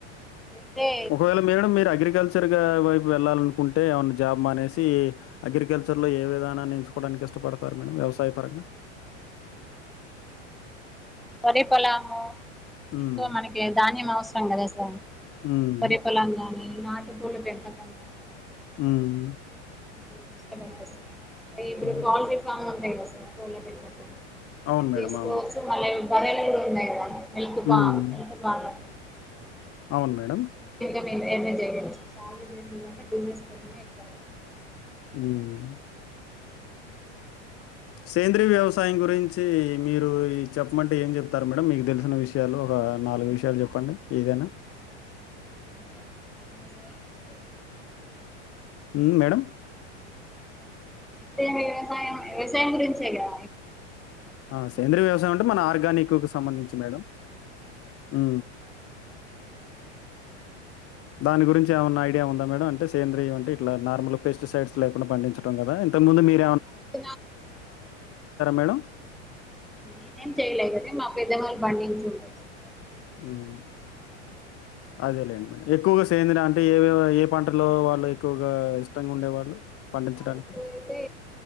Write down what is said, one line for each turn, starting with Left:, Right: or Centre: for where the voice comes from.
Centre: అదే
Left: ఒకవేళ మేడం మీరు అగ్రికల్చ ల్చర్ గా వైపు వెళ్ళాలనుకుంటేఏమన్న జాబ్ మానేసి అగ్రికల్చర్లో ఏ విధానాన్ని ఎంచుకోవడానికి ఇష్టపడతారు మేడం వ్యవసాయపరంగా
Centre: వరి పొలాము
Left: హ్మ్.
Centre: ఎక్కువ మనకి ధాన్యం అవస రం కదా సార్
Left: హ్మ్.
Centre: వరి పొలాంగానీ నాటు కోళ్లు పెంపకం కానీ
Left: హు మ్
Centre: ని ఎంస్టాగ్రామ్ అవసరమా <inaudible> ఇప్పుడు
Left: హ్మ్.
Centre: ప్లాస్టిక్ సామాన్ <inaudible> పెట్టుకో
Left: అవును
Centre: ఎం
Left: మేడం.
Centre: తిసుకోవచ్చు
Left: అవును.
Centre: మళ బర్రెలు ఎన్ని ఉన్నాయి అవ్వ మిల్క్
Left: హ్మ్.
Centre: బ మిల్క్ బాగా
Left: అవును మేడం
Centre: ఎక్కువ ఎంజాయ్ చేయలేమ్ సాలరీ బేస్ మీద బిజినెస్ పరంగా ఎక్కువుగా
Left: హ్మ్మ్ సేంద్రీయ వ్యవసాయం గురించి మీరు చెప్పమంటే ఏం చెప్తారు మేడంమ్ మీకు తెలిసిన విషయాలు ఒక నాలుగు విషయాలు చెప్పండి ఏదైనా
Centre: ఎమ్ లెద్ వ్యవసాయం అంటే
Left: హ్మ్మ్ మేడం
Centre: సేంద్రియ వ్యవసాయం వ్యవసాయం గురించే గా
Left: ఆ సేంద్రియ వ్యవసయం అంటే మన ఆర్గానిక్ కు సంబంధించి మేడం ఊ దాని గురించి ఏమైన్నా ఐడియా ఉందా మేడం అంటే సేంద్రియం అంటే ఇట్ల నార్మల్ పెస్టిసైడ్స్ లేకుండా పండించడం కదా ఇంతకు ముందు మీర్
Centre: <inaudible>
Left: మేడం?
Centre: నేనేం చేయలే గని మా పెద్దవాళ్లు పండించి ఉండచ్చు సార్
Left: హ్మ్మ్ అదే లేండి మేడం ఎక్కువగా సేంద్రియం అంటే ఏ ఏ పంటలో వాళ్ళు ఎక్కువగా ఇష్టంగా ఉండేవాళ్ళు పండించడానికి?
Centre: ఎక్కువయితే